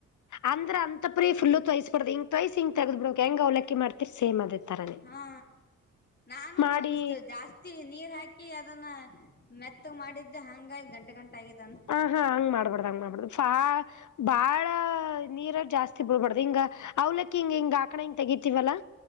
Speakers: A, on the left; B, on the left.
A: ಅಂದ್ರ ಅಂತಾ ಪರಿ ಫುಲ್ ತೋಯಿಸಬಾರದು ಹಿಂಗ ತಯ್ಸ್ ಹಿಂಗ ತೆಗೆದ ಬಿಡ್ಬೇಕ ಹೆಂಗ ಅವಲಕ್ಕಿ ಮಾಡ್ತಿರ್ ಸೇಮ್ ಅದೇ. ತರಾನೇ
B: ಹಾ ನಾನು
A: ಮಾಡಿ
B: ಒಂದಷ್ಟ ಜಾಸ್ತಿ ನೀರ್ ಹಾಕಿ ಅದನ್ನ ಮೆತ್ತಗ್ ಮಾಡಿದ್ದೆ ಹಂಗಾಗಿ ಗಂಟ ಗಂಟ ಆಗಿತ್ತ.
A: ಹ ಹಾ ಹಂಗ್ ಮಾಡ್ಬಾರ್ಡ್ ಹಂಗ್ ಮಾಡ್ಬಾರ್ಡ್ ಬಾಳ ನೀರ ಜಾಸ್ತಿ ಬಿಡ್ಬಾರ್ದ್ ಹಿಂಗ ಅವ್ಲಕ್ಕಿ ಹಿಂಗ ಹಾಕನ ಹಿಂಗ ತೆಗತಿವಲ್ಲಾ.